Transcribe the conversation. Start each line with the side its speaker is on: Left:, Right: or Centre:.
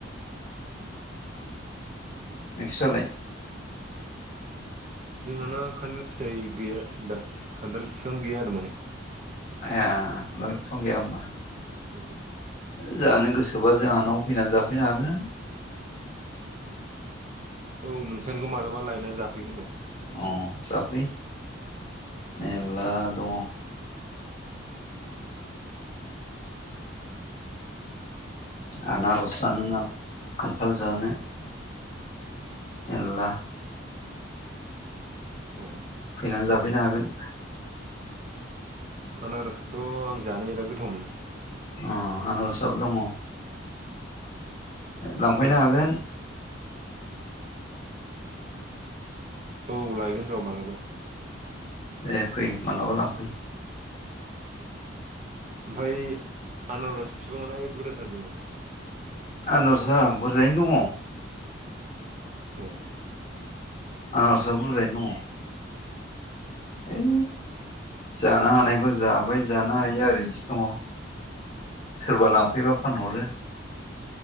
Left: नोंसोरालाय
Right: जोंहाना खान्थाल फिथाइ गैया दा खान्थाल बिफां गैया आरो माने
Left: ए खानथाल बिफां गैया होनबा
Right: हो
Left: जानो गोसोबा जोंहा न'आव फैनानै जाफैनो हागोन
Right: औ नोंसानिखौ मालाबा लायना जाफैगोन र'
Left: अ जाफै मेर्ला दंङो आनारस जानो ना खान्थाल जानो मेरला
Right: ए
Left: फैनानै जाफैनो हागोन
Right: आनारसखौथ' आं जानो बिराद गोथाव मोनो
Left: अ आनारसाबो दंङो लांफैनो हागोन
Right: औ लायगोन र' मालाबा
Left: दे फै मालाबा लांफै
Right: ओमफ्राय आनारस बिफाङालाय बुरजाथार दं नामा
Left: आनारसा बुरजायैनो दंङो
Right: अ
Left: आनारसा बुरजायैनो दंङो ओइ जानो हानायखौ जाबाय जानो हायिया ओरैनोसो दंङो सोरबा लांफैबा फानहरो